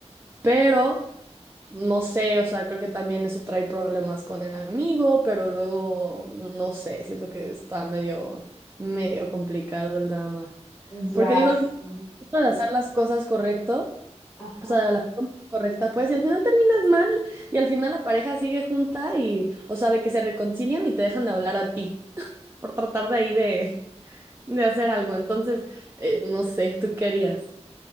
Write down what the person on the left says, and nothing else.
Ya,
sí.
Ajá.